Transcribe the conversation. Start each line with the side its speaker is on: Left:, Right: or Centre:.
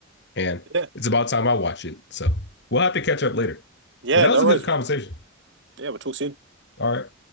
Left: and
Right: Yeah,
Left: it's about time I watch it. So we'll have to catch up later.
Right: yeah,
Left: But that
Right: no
Left: was a
Right: worries.
Left: good conversation.
Right: Yeah, we'll talk soon.
Left: All right.